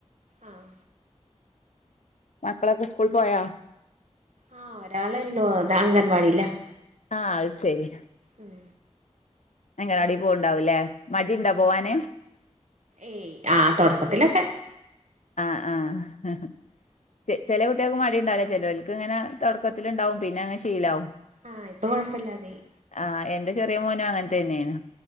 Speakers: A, on the right; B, on the left.
A: ആഹ്
B: മക്കളൊക്കെ സ്കൂൾ പോയ
A: ആഹ് ഒരാള ഉള്ളു അത് അംഗൻവാടില്ല
B: ആഹ് അഹ് ശരി
A: ഉം
B: അംഗനവാടിയിൽ പോവൂണ്ടാവൂലേ മടി
A: ഉം
B: ഉണ്ടാ പോവാന്
A: ഏയ് ആഹ് തുടക്കത്തിലൊക്കെ
B: ആഹ് ആഹ് ചെ ചെല കുട്ട്യാക്ക് മടി ഇണ്ടാവുല്ല ചെലോൽക്ക് ഇങ്ങനെ തോടക്കത്തില്ണ്ടാവും പിന്നെ അങ്ങനെ ശീലാവും
A: ആഹ് ഇപ്പൊ കൊഴപ്പല്ലാതെ ആയി
B: ആഹ് എന്റെ ചെറിയ മോനും അങ്ങൻത്തെന്നെനു